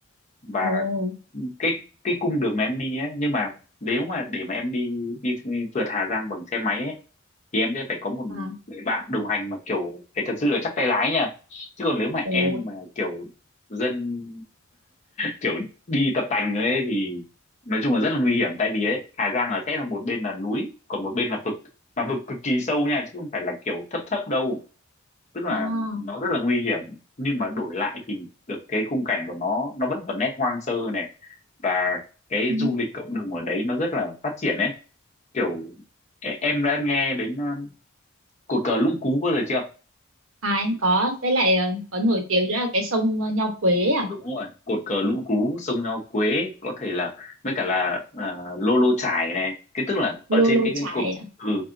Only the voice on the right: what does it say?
ồ
à,
ồ
à,
ừ.
à em có với lại ờ, có nổi tiếng nữa là cái sông ờ, Nho Quế à
Lô
Lô
Chải
à,